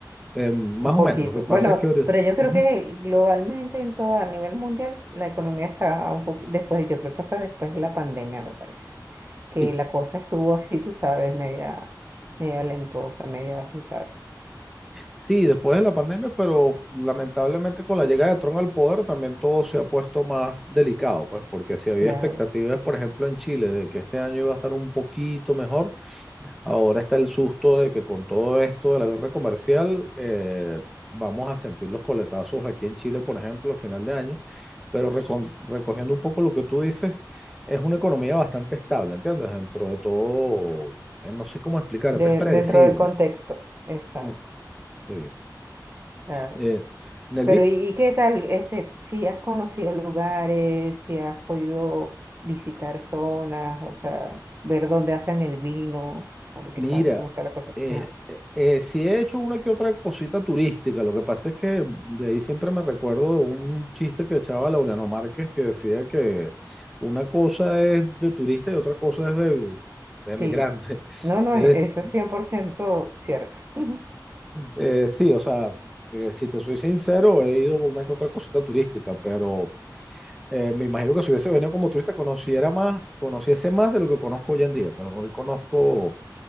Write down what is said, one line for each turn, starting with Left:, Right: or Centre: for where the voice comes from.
Centre: Eh, más
Right: Un poquito.
Centre: o menos, lo que pasa
Right: Bueno,
Centre: es que... ahori-
Right: pero yo creo
Centre: Ujú.
Right: que globalmente, en todo, a nivel mundial, la economía está un poquito, después, yo creo que fue después de la pandemia, me parece, que
Centre: Sí,
Right: la cosa estuvo así, tú sabes, media, media lentosa, media, tú sabes,
Centre: sí, después de la pandemia, pero lamentablemente con la llegada de Trump al poder también todo se ha puesto más delicado, pues porque si había
Right: claro,
Centre: expectativas, por ejemplo, en Chile de que este año iba a estar un poquito mejor, ahora está el susto de que con todo esto de la guerra comercial eh, vamos a sentir los coletazos aquí en Chile, por ejemplo, a final de año pero recon- recogiendo un poco lo que tú dices, es una economía bastante estable, ¿entiendes? Dentro de todo, eh, no sé cómo explicarte,
Right: de-
Centre: es predecible.
Right: dentro del contexto, exacto,
Centre: Mm, Sí.
Right: claro.
Centre: Eh, en
Right: Pero, ¿y, y qué tal, este, si has conocido lugares, si has podido visitar zonas, o sea, ver dónde hacen el vino, a ver qué
Centre: mira,
Right: tal, cómo está la cosa?
Centre: eh,
Right: Ajá.
Centre: eh, eh, sí he hecho una que otra cosita turística, lo que pasa es que de ahí siempre me recuerdo de un chiste que echaba Laureano Márquez que decía que una cosa es de turista y otra cosa es de, de
Right: Sí.
Centre: emigrante. <laughs>
Right: No, no,
Centre: Es
Right: e- eso es 100% cierto. <laughs>
Centre: Eh, sí, o sea, eh, si te soy sincero, he ido a una que otra cosita turística, pero eh, me imagino que si hubiese venido como turista, conociera más, conociese más de lo que conozco hoy en día. Pues hoy conozco,